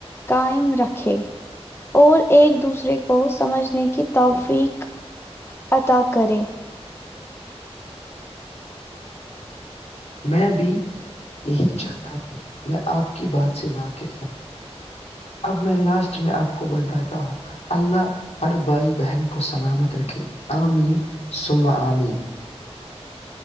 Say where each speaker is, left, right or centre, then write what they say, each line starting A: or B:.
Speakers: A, on the left; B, on the left.
A: قائم رکھے اور ایک دوسرے کو سمجھنے کی توفیق اطا کرے <inaudible>
B: میں بھیچ یہی چاہتا ہوں میں آپ کی بات سے واقف ہوں اب میں لاسٹ میں آپ کو بتاتا ہوں اللہ ہر بھائی بہن کو سلامت رکھے آمین سم آمین